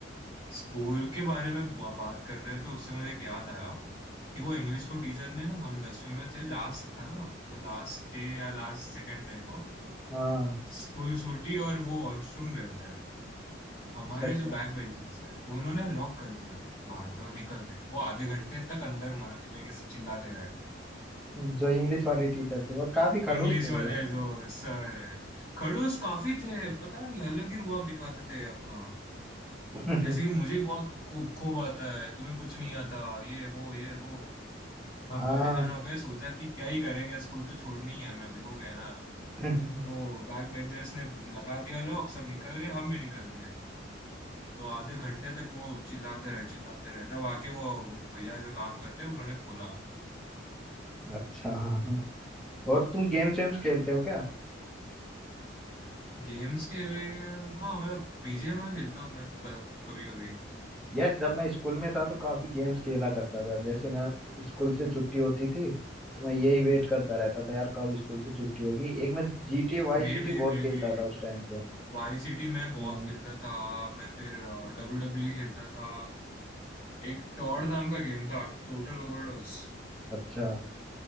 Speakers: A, on the left; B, in the centre.
A: स्कूल के बारे में बा- बात कर रहे थे तो उससे मुझे एक याद आया कि वो इंग्लिश को टीचर ने ना हम दसवीं में थे लास्ट था ना तो लास्ट डे या लास्ट सेकंड डे को
B: हाँ
A: स्कूल छूटी और वो वॉशरूम गए थे हमारे
B: अच्छा अच्छा
A: जो बैक बेंचर्स है वो उन्होंने लॉक कर दिया बाहर से और निकल गए वो आधे घंटे तक अंदर मर लेके चिल्लाते रहे
B: जो इंग्लिश वाले टीचर थे वो काफी खड़ूस
A: इंग्लिश
B: थे
A: वाले
B: वो है
A: जो सर है खड़ूस काफी थे पता नहीं अलग ही रुआब दिखाते थे अपना
B: <laughs>
A: जैसे कि मुझे ही बहुत खूब खूब आता है तुम्हें कुछ नहीं आता ये वो ये वो हम
B: हाँ
A: परेशान हो गए सोचा कि क्या ही करेंगे स्कूल तो छोड़नी ही है हमें अभी हो गए ना
B: <laughs>
A: तो बैक बेंचर्स ने लगा दिया लोग सब निकल गए हम भी निकल लिए तो आधे घंटे तक वो चिल्लाते रहे चिल्लाते रहे तब आके वो भैया जो काम करते हैं उन्होंने खोला
B: अच्छा हाँ हाँ। और तुम गेम्स वेम्स खेलते हो क्या
A: गेम्स के हाँ मतलब बीजीएमआई खेलता हूँ मैं कभी कभी
B: यार जब मैं स्कूल में था तो काफी गेम्स खेला करता था जैसे मैं स्कूल से छुट्टी होती थी तो मैं यही वेट करता रहता था यार कब स्कूल से छुट्टी होगी एक मैं G T A vice
A: मे
B: city
A: बी
B: बहुत
A: मे
B: खेलता
A: बी
B: था उस टाइम पे
A: वाई सिटी मैं बहुत
B: हम्म,
A: खेलता था मैं फिर डब्ल्यू डब्ल्यू खेलता था एक टॉड नाम का गेम था टोटल ओवरडोज
B: अच्छा